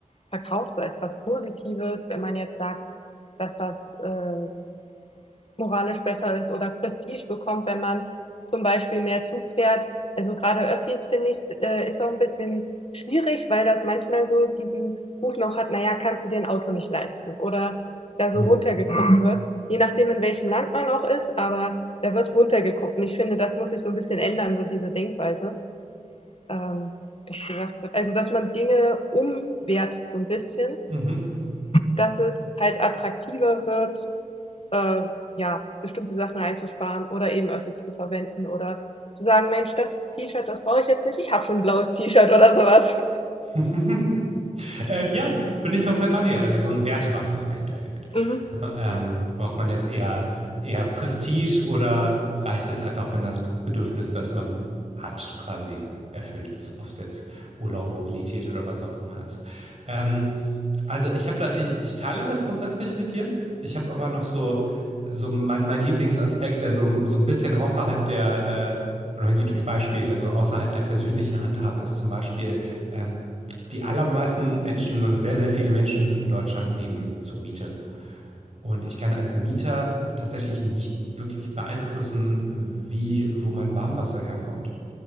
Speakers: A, on the left; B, on the right.
A: verkauft, so als was Positives. Wenn man jetzt sagt, dass das, äh moralisch besser ist oder Prestige bekommt, wenn man zum Beispiel mehr Zug fährt. Also gerade Öffis finde ich, äh, ist auch ein bisschen schwierig, weil das manchmal so diesen Ruf noch hat, naja, kannst du dir ein Auto nicht leisten oder da so
B: Hm.
A: runtergeguckt wird, je nachdem in welchem Land man auch ist, aber da wird runtergeguckt und ich finde, das muss sich so ein bisschen ändern, so diese Denkweise, ähm, das gesagt wird. Also, dass man Dinge umwertet so ein bisschen,
B: Mhm.
A: dass es halt attraktiver wird, äh, ja, bestimmte Sachen einzusparen oder eben Öffis zu verwenden oder zu sagen, Mensch, das T-Shirt, das brauche ich jetzt nicht, ich habe schon ein blaues T-Shirt oder sowas.
B: <laughs> Ähm, ja, bin ich komplett bei dir. Also so ein Wertewandel im Endeffekt.
A: Mhm.
B: Ne? Ähm,
A: Ja.
B: braucht man jetzt eher, eher Prestige oder reicht es einfach, wenn das Bedürfnis, das man hat, quasi erfüllt ist? Ob es jetzt Urlaub, Mobilität oder was auch immer ist. Ähm, also ich habe da, ich, ich teile das grundsätzlich mit dir. Ich habe aber noch so, so mein, mein Lieblingsaspekt, der so, so ein bisschen außerhalb der, äh, oder mein Lieblingsbeispiel, der so außerhalb der persönlichen Handhabe ist, zum Beispiel. Ähm, die allermeisten Menschen oder sehr, sehr viele Menschen in Deutschland leben zur Miete. Und ich kann als Mieter tatsächlich nicht wirklich beeinflussen, wie, wo mein Warmwasser herkommt.